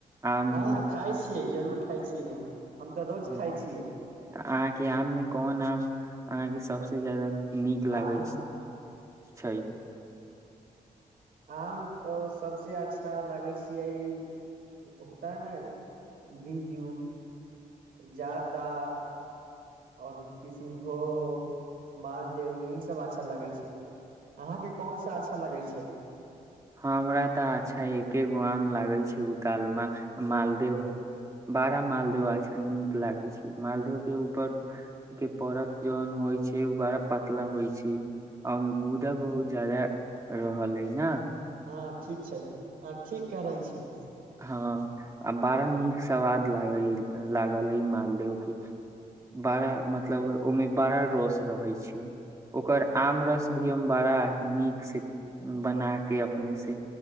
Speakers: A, on the right (about 20°); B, on the right (about 80°).
A: आम
B: हँ खााय छियै जरूर खइ छियै हम हम तऽ रोज
A: ह
B: खाइ छियै
A: तऽ अहाँके आममे कोन आम अहाँके सभसँ ज्यादा नीक
B: हँ
A: लागै
B: हँ
A: छै
B: आम तऽ सभसँ अच्छा लागै छियै ई होता है ने बीजुक जादा और किशनभोग मालदेव यही सभ अच्छा लगै छै अहाँके कोन सा अच्छा लगै छै
A: ह हमरा तऽ अच्छा एके गो आम लागे छै उ दालमा मालदेव है बारा मालदेव अ नीक लागे छै मालदेव के ऊपर के परक जौन होइ छै बारा पतला होइ छै आ ओहिमे गूदा बहुत ज्यदा रहल अइ ने
B: हँ ठीक छै आ ठीक करै छै
A: हँ आ बड़ा नीक सवाद लाग लागल अइ मालदेव के बड़ा मतलब ओहिमे बड़ा रस रहै छै ओकर आम रस भी हम बड़ा नीक से बना के अपने से